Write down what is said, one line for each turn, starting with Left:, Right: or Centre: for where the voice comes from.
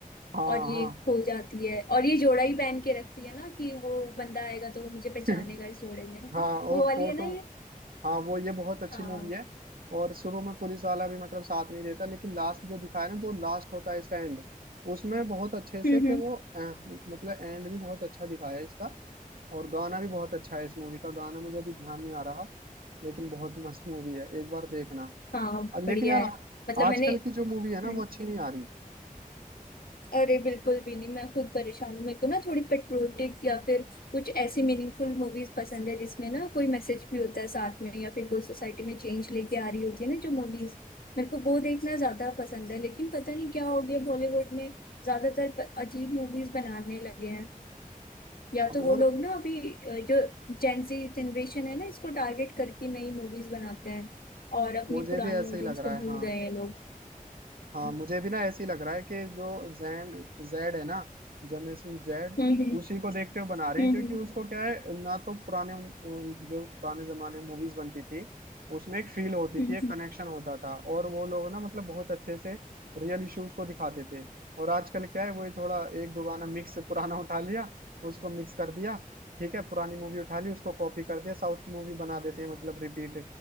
Right: हाँ
Left: और ये
Right: हाँ
Left: खो जाती है और ये जोड़ा ही पहन के रखती है ना कि वो बंदा आएगा तो वो मुझे पहचानेगा
Right: <laughs>
Left: इस जोड़े में है
Right: हाँ
Left: ना?
Right: और
Left: वो वाली
Right: फोटो
Left: है ना ये
Right: हाँ वो ये बहुत अच्छी
Left: हाँ
Right: मूवी है और शुरू में पुलिस वाला भी मतलब साथ नहीं देता लेकिन लास्ट जो दिखाया ना जो लास्ट होता है इसका एंड उसमें बहुत अच्छे से
Left: हम्म
Right: कि
Left: हम्म
Right: वो अ, मतलब एंड भी बहुत अच्छा दिखाया है इसका और गाना भी बहुत अच्छा है इस मूवी का गाना मुझे अभी ध्यान नहीं आ रहा लेकिन बहुत मस्त मूवी है एक बार देखना
Left: हाँ
Right: और लेकिन
Left: बढ़िया
Right: यार
Left: है
Right: आ-
Left: मतलब
Right: आजकल
Left: मैंने
Right: की जो मूवी है ना
Left: हम्म,
Right: वो अच्छी नहीं आ रही
Left: अरे बिल्कुल भी नहीं मैं खुद परेशान हूँ मेरे को ना थोड़ी पेट्रियोटिक या फिर कुछ ऐसी मीनिंगफुल मूवीज पसंद है जिसमें ना कोई मैसेज भी होता है साथ में या फिर कोई सोसाइटी में चेंज लेके आ रही होती है ना जो मूवीज मेरे को वो देखना ज्यादा पसंद है लेकिन पता नहीं क्या हो गया बॉलीवुड में ज्यादातर प- अजीब मूवीज बनाने लगे हैं या
Right: अब
Left: तो वो
Right: और
Left: लोग ना अभी अ, जो जेंजी जनरेशन है ना इसको टारगेट करके नई मूवीज बनाते हैं और अपनी
Right: मुझे
Left: पुरानी
Right: भी ऐसा
Left: ऑडियंस
Right: ही लग रहा
Left: को
Right: है
Left: भूल
Right: हाँ
Left: गए हैं लोग
Right: हाँ
Left: हम्म
Right: मुझे भी ना ऐसे ही लग रहा है कि जो जैन जेड है ना जनरेशन जेड
Left: हम्म
Right: उसी को देखते हुए बना रहे
Left: हम्म
Right: हैं क्योंकि उसको क्या है ना तो पुराने अम, जो पुराने जमाने में मूवीज बनती थी उसमें एक फील होती
Left: हम्म,
Right: थी एक कनेक्शन होता था और वो लोग ना मतलब बहुत अच्छे से रियल इश्यूज को दिखाते थे और आजकल क्या है वही थोड़ा एक दो गाना मिक्स पुराना उठा लिया उसको मिक्स कर दिया ठीक है पुरानी मूवी उठा ली उसको कॉपी कर दिया साउथ की मूवी बना देते हैं मतलब रिपीट